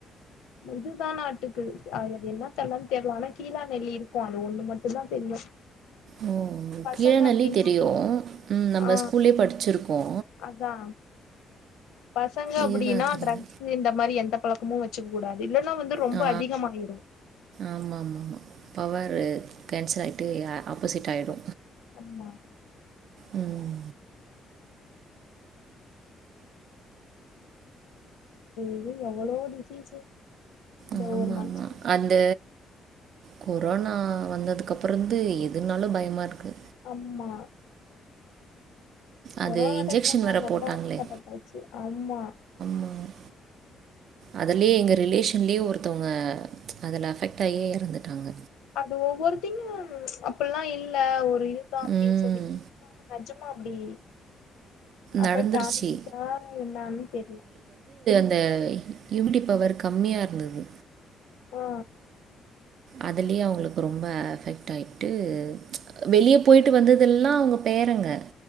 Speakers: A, on the left; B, on the right.
A: இதுதா நாட்டுக்குது அது என்ன தழன்னு தெர்லா ஆனா கீழா நெல்லி இருக்கு அது ஒண்ணு மட்டுந்தா தெரியு
B: ம் ம்
A: பசங்க
B: கீழாநெல்லி
A: அப்டின்னா
B: தெரியு ம் நம்ம
A: ஆ
B: ஸ்கூல்லே படிச்சிருக்கோ
A: அதா பசங்க அப்டின்னா
B: இதுதான் தெரியல.
A: ட்ரக்ஸ் இந்த மாரி எந்த பழக்கமு வச்சுக்க கூடாது இல்லைன்னா வந்து ரொம்ப
B: ஆ
A: அதிகமாயிரு
B: ஆமா ஆமாமா. பவரு கேன்சல் ஆயிட்டு ஆப்போசிட் ஆயிடு
A: அம்மா
B: ம்
A: இது எவ்ளோ டிசீசு இந்த
B: ஆமாமா.
A: ஒரு மனுஷனுக்கு
B: அந்த கொரோனா வந்ததுக்கு அப்பறந்து எதுனாலு பயமா இருக்கு
A: அம்மா
B: அது
A: கொரோனா
B: இன்ஜெக்ஷன்
A: டைம்லதா
B: வேற
A: ரொம்ப
B: போட்டாங்களே.
A: அவஸ்தப்பட்டாச்சு ஆம்மா
B: ம் அதுலே எங்க ரிலேஷன்லேயே ஒருத்தவங்க அதில அஃபெக்டாகியே எறந்துட்டாங்க
A: அது ஒவ்வொருத்தையு அப்பெல்லா இல்ல ஒரு இதுதா அப்டின்னு
B: ம்.
A: சொல்லி <inaudible> நெஜமா அப்டி அஃபெக்டாயிருச்சா
B: நடந்துருச்சு.
A: என்னான்னு தெர்ல
B: இந்த யூமிட்டி பவர் கம்மியா இருந்தது
A: ஆ
B: அதுலே அவங்களுக்கு ரொம்ப அஃபெக்ட் ஆயிட்டு வெளிய போயிட்டு வந்ததெல்லா அவங்க பேர் இருங்க